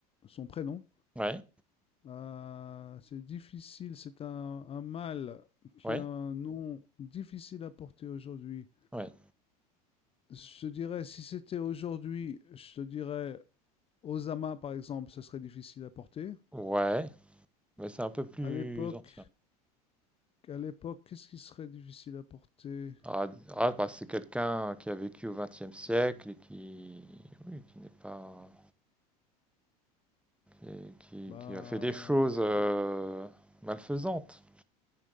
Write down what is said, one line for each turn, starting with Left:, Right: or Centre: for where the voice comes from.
Left: son prénom.
Centre: Ouais,
Left: Euh, c'est difficile, c'est un, un mâle qui
Centre: ouais,
Left: a un nom difficile à porter aujourd'hui.
Centre: ouais,
Left: Je te dirais, si c'était aujourd'hui, je te dirais Osama, par exemple, ce serait difficile à porter.
Centre: ouais, mais c'est un peu plus
Left: À l'époque,
Centre: ancien.
Left: à l'époque, qu'est-ce qui serait difficile à porter?
Centre: Ah, ah, bah, c'est quelqu'un qui a vécu au XXe siècle et qui, oui, qui n'est pas et qui,
Left: Bah,
Centre: qui a fait des choses euh, malfaisantes